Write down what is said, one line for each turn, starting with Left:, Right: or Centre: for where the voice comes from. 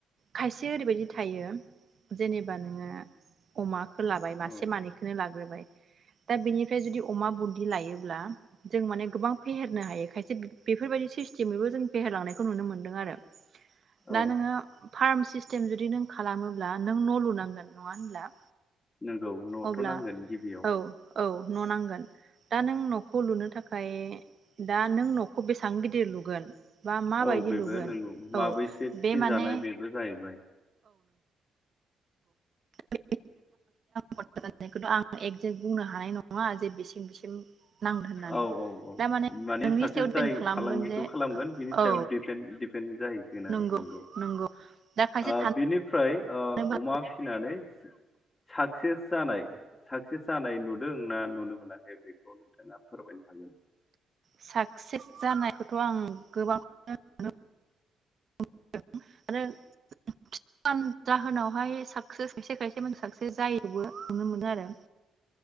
Right: खायसे ओरैबायदि थायो जेनेबा नोङो अमा लाबाय मासे
Left: औ
Right: मानैखोनो लाग्रोबाय दा बेनिफ्राय जुदि अमा बुनदि लायोब्ला जों माने गोबां फेहेरनो हायो खायसे बेफोरबायदि सिस्टेमैबो जों फेहेरलांनायखौ नुनो मोनदों आरो
Left: औ
Right: दा नोङो फार्म सिस्टेम जुदि नों खालामोब्ला नों न' लुनांगोन नङा होनब्ला
Left: नंगौ न'थ'
Right: अब्ला
Left: नांगोन गिबियाव
Right: औ औ न' नांगोन दा नों न'खौ लुनो थाखाय दा नों न'खौ बेसां गिदिर लुगोन बा माबायदि
Left: औ बेबो
Right: लुगोन
Left: नोंगौ
Right: औ
Left: माबैसे
Right: बे
Left: फि
Right: माने
Left: जानाय बेबो जाहैबाय
Right: <unintelligible> खोथ' आं एकजेक्ट बुंनो हानाय नङा जे बेसिम बेसिम नांगोन होननानै
Left: औ औ औ
Right: दा
Left: माने
Right: नोंनि
Left: सासे
Right: सायाव दिपेन्ड
Left: जाय
Right: खालामगोन
Left: फालांगिखौ
Right: जे
Left: खालामगोन बिनि सायाव
Right: औ
Left: दिफेन दिफेन जाहैसिगोन आरो
Right: नंगौ
Left: नोंगौ।
Right: नंगौ दा खायसे
Left: ओ बिनिफ्राय ओ
Right: थानोबो
Left: अमा फिनानै साकसेस जानाय साकसेस जानाय नुदों ना नुनो मोनाखै बेखौ नोंथाङा फोरमायनो हागोन
Right: साक्सेस जानायखौथ' आं गोबांखौनो <unintelligible> <unintelligible> आरो <unintelligible> जाहोनाव हाय साकसेस खायसे खायसेमोन साकसेस जायोबो नुनो मोनो आरो